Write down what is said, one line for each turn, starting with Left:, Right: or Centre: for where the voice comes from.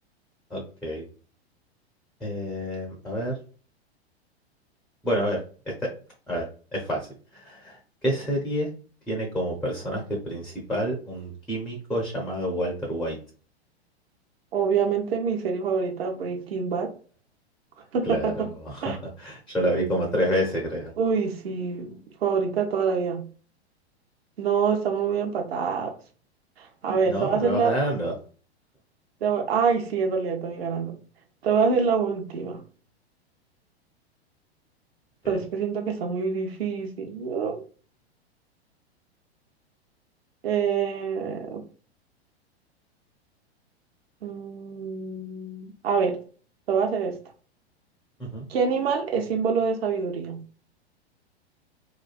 Centre: ok. Eh, a ver. Bueno, a ver, este, a ver, es fácil. ¿Qué serie tiene como personaje principal un químico llamado Walter White?
Right: Obviamente mi serie favorita, Breaking Bad. <laughs>
Centre: Claro, <laughs> yo la vi como tres veces, creo.
Right: Uy, sí, favorita de toda la vida. No, estamos muy empatados. A ver,
Centre: No,
Right: te voy a hacer
Centre: me vas
Right: la...
Centre: ganando.
Right: te voy- Ay, sí, en realidad estoy ganando. Te voy a hacer la última. Pero
Centre: Ok.
Right: es que siento que está muy difícil. ¿no? Eh, mm, a ver, te voy a hacer esto.
Centre: Ujú.
Right: ¿Qué animal es símbolo de sabiduría?